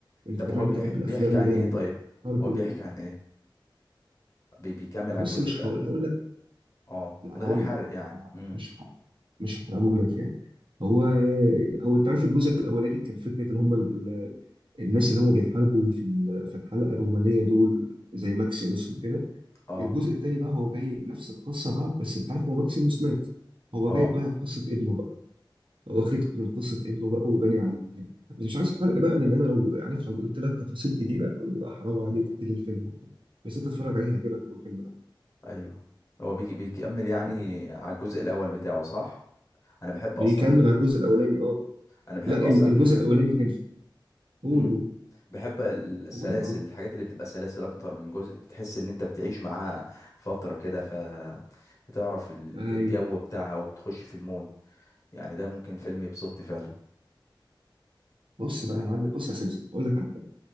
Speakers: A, on the right; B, on the left.
A: انت
B: طب
A: كمان
B: هو بيحكي
A: بتحب الافلام
B: بيحكي عن
A: اللي هي
B: ايه طيب
A: الحرب
B: هو
A: و...
B: بيحكي عن ايه بي بيكمل
A: بص
B: على الجزء
A: مش
B: الاول
A: هقول هقول لك
B: اه
A: لا
B: من
A: هقول
B: غير حرق
A: لك هقول
B: يعني
A: لك انا
B: امم
A: مش ح... مش هحرقه لك يعني هو آه، هو انت عارف الجزء الاولاني كان فكره ان هم ال- ال- الناس اللي هم بيحاربوا في ال- في الحلقه الرومانيه دول زي ماكسيموس وكده
B: اه
A: الجزء التاني بقى هو جاي نفس القصه بقى بس انت عارف هو ماكسيموس مات هو
B: اه
A: جايب بقى قصه ابنه بقى هو واخد من قصه ابنه بقى وباني عليها بس مش عايز حرق بقى لان انا لو عارف لو قلت لك تفاصيل كتيره تقول لي بقى حرام عليك قتل الفيلم وبتاع بس انت تتفرج عليه هيعجبك اول الفيلم ده
B: ايوه هو بيجي بيكمل يعني
A: مم.
B: على الجزء الاول بتاعه صح انا بحب
A: بيكمل
B: اصلا
A: على الجزء الاولاني اه
B: انا بحب
A: لا
B: اصلا
A: ال- الجزء
B: الحاجات
A: الاولاني كان في قول
B: امم
A: قول
B: بحب ال- السلاسل
A: قول يا معلم
B: الحاجات اللي بتبقى سلاسل اكتر من جزء بتحس ان انت بتعيش معاها فترة كده ف بتعرف ال-
A: ايوه
B: الجو بتاعها وبتخش في المود يعني ده ممكن فيلم يبسطني فعلا
A: بص بقى يا معلم بص يا سمسم اقول لك على حاجه